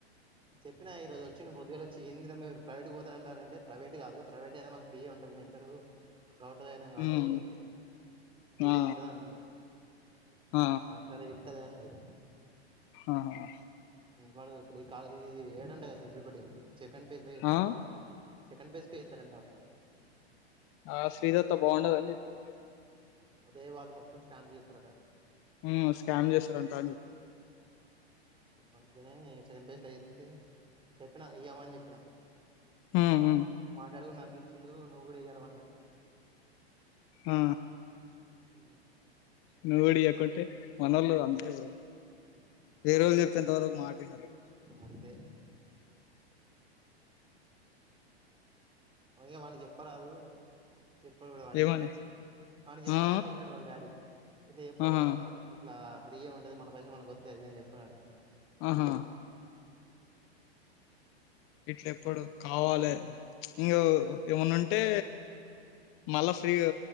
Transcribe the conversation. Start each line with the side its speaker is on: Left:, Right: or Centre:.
Right: చెప్పినా, ఈరోజు వచ్చిండు పొద్దుగాల వచ్చి ఏందిరా మీరు ప్రైవేటుకి పోతానంటారంటే, ప్రైవేట్ కాదు ప్రైవేట్ అయినా మాకు ఫ్రీయే ఉంటది, మేము ఇంటరు గౌట్ లో చదివినాం కాబట్టి,
Left: ఉమ్
Right: ఫ్రీయే
Left: ఆ
Right: ఉంటది అనన్నం
Left: ఆ
Right: సరే ఇత్తలే అన్నాడు ఇగ
Left: ఆహా
Right: వాడు ఇప్పుడు ఈ కాలే ఈ ఏడంట కదా సెల్ఫ్ రిపోర్టింగ్, సెకండ్ ఫేజ్ లో ఇస్తారంట,
Left: ఆ
Right: సెకండ్ ఫేజ్ కే ఇత్తారంట
Left: ఆ శ్రీదత్త బాగుండదని చెప్పినడు వాడు
Right: అదే వాళ్ళు మొత్తం స్కాన్ చేస్తారట
Left: ఊ స్కామ్ చేస్తారంటా అని చెప్పి
Right: అందుకనే ఇగ సెకండ్ ప్లేస్ లో ఎత్తే చెప్పినా ఇయ్యామని చెప్పినా
Left: ఉ ఊ
Right: మా డాడీ కూడా నాకు ఇచ్చిండు నువ్వు కూడా ఇయ్యల వాని కని చెపిన
Left: ఆ
Right: ఊ
Left: నువు కూడ ఇయకుంటే మన్నోళ్లు అంతే బ్రో
Right: ఉమ్.
Left: వేరే వాళ్ళు చెప్పి ఎంత వరకు మాటినారు
Right: అంతే ఒ ఇగ వానికి చెప్పరాదు ఎప్పడు కూడా వాడు
Left: ఏమని
Right: ఇట్లా ఆన చెప్పినా
Left: ఆ
Right: కాని వినడు వాళ్ళ డాడీ ఇట్లా ఎప్పడు
Left: ఆహా
Right: వాడు ఇట్లా ఫ్రీగా ఉంటది మన పైసలు మనకి కొస్తాయ్ అది ఇది అని చెపడువాడు
Left: ఆహా ఇట్ల ఎప్పుడు కావాలి
Right: ఉమ్.
Left: ప్చ్ ఇంకా ఏమన్నా ఉంటే మళ్ళా ఫ్రీ గా